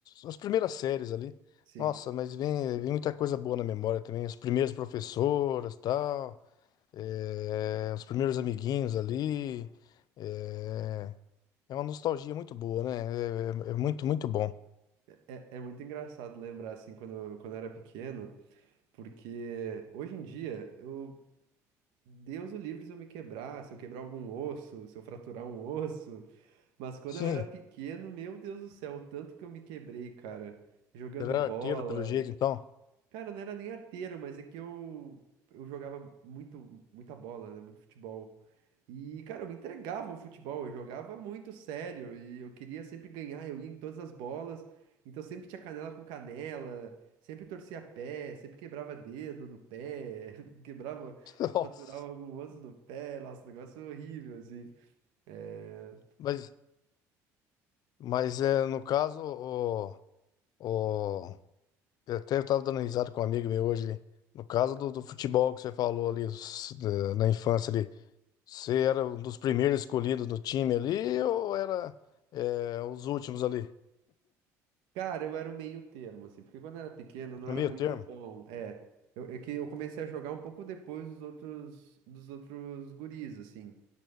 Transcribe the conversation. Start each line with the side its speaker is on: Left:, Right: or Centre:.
Left: As primeiras séries ali.
Right: Sim,
Left: Nossa, mas vem, vem muita coisa boa na memória também. As primeiras professoras e tal. eh, os primeiros amiguinhos ali. eh, é uma nostalgia muito boa, né? é é- é muito, muito bom.
Right: é, é muito engraçado lembrar, assim, quando, quando eu era pequeno, porque hoje em dia eu Deus o livre se eu me quebrar, se eu quebrar algum osso, se eu fraturar um osso. Mas quando
Left: Sim.
Right: eu era pequeno, meu Deus do céu, o tanto que eu me quebrei, cara. Jogando
Left: Era
Right: bola.
Left: arteiro, pelo jeito, então.
Right: Cara, eu não era nem arteiro, mas é que eu, eu jogava muito, muita bola, né? Muito futebol. E, cara, eu me entregava ao futebol, eu jogava muito sério e eu queria sempre ganhar, eu ia em todas as bolas, então sempre tinha canela com canela, sempre torcia pé, sempre quebrava dedo do pé, <laughs> quebrava,
Left: <laughs> Nossa.
Right: fraturava algum osso do pé, nossa, um negócio horrível, assim. É,
Left: Mas, mas é, no caso, o, o, eu até estava dando risada com um amigo meu hoje. ali. No caso do, do futebol que você falou ali, os- da- na infância ali, você era um dos primeiros escolhidos do time ali ou era é, os últimos ali?
Right: Cara, eu era o meio termo, assim, porque quando eu era pequeno eu não
Left: No
Right: era
Left: meio
Right: muito
Left: termo.
Right: bom, é. Eu, é que eu comecei a jogar um pouco depois dos outros, dos outros guris, assim.